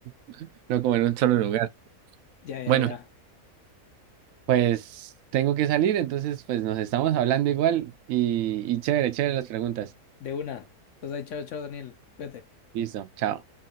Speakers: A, on the right; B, on the left.
A: <laughs> no como en un solo lugar.
B: Ya, ya,
A: Bueno.
B: ya.
A: Pues tengo que salir, entonces pues nos estamos hablando igual y, y chévere, chévere las preguntas.
B: De una. Pues ahí, chao, chao, Daniel. Cuídate.
A: Listo, chao.